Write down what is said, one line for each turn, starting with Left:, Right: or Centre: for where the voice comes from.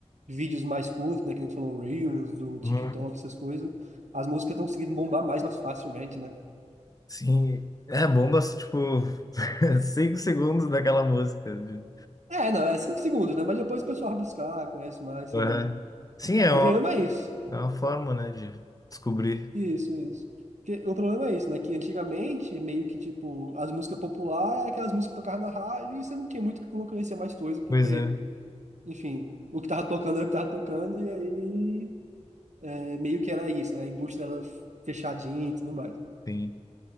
Right: vídeos mais curtos, né? Que nem tu falou, o Reels, o TikTok,
Left: Uhum.
Right: essas coisas, as músicas estão conseguindo bombar mais, mais facilmente, né?
Left: Sim, é bombas, tipo, <laughs> cinco segundos daquela música. de-
Right: É, não, é cinco segundos, né? Mas depois o pessoal vai buscar, conhece mais, sei
Left: Uhum.
Right: lá.
Left: Sim, é
Right: O
Left: uma,
Right: problema é isso.
Left: é uma forma, né, de descobrir.
Right: Isso, isso. Porque o problema é isso, né? Que antigamente, meio que, tipo, as músicas populares eram aquelas músicas que tocavam na rádio e você não tinha muito como conhecer mais coisa, porque,
Left: Pois é,
Right: enfim, o que tava tocando era o que tava tocando, e aí é, meio que era isso, né? A indústria era fechadinha e tudo mais.
Left: sim.